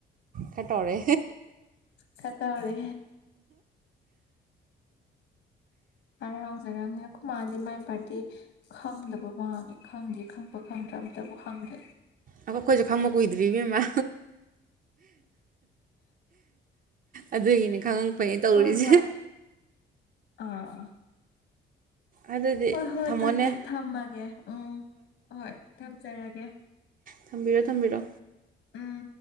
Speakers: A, on the right (about 45°); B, on the left (about 80°).
A: ꯈꯔ ꯇꯧꯔꯦ
B: ꯈꯔ ꯇꯩꯔꯦ ꯍꯥꯔꯥꯎꯖꯔꯝꯅꯤ ꯑꯩꯈꯣꯏ ꯃꯥꯗꯤ ꯃꯥꯏ ꯕꯥꯔꯗꯤ ꯈꯪꯗꯕ ꯃꯥꯜꯦ ꯈꯪꯗꯦ ꯈꯪꯕ ꯈꯪꯗ꯭ꯔ ꯑꯝꯇꯕꯨ ꯍꯪꯗꯦ
A: ꯑꯩꯈꯣꯏꯁꯨ ꯈꯪꯕꯥ ꯃ ꯀꯨꯏꯗ꯭ꯔꯤ ꯏꯕꯦꯝ ꯃꯥ ꯑꯗꯨꯒꯤꯅꯤ ꯈꯪꯉꯥ ꯐꯩꯅꯅ <unintelligible> ꯇꯧꯔꯤꯁꯦ
B: ꯍꯣꯏ ꯍꯣꯏ ꯑꯥ
A: ꯑꯗꯨꯗꯤ
B: ꯍꯣꯏ ꯍꯣꯏ
A: ꯊꯝꯃꯣꯅꯦ
B: ꯑꯗꯨꯗꯤ ꯊꯝꯃꯒꯦ ꯎꯝ ꯍꯣꯏ ꯊꯝꯖꯔꯒꯦ
A: ꯊꯝꯕꯤꯔꯣ ꯊꯝꯕꯤꯔꯣ
B: ꯎꯝ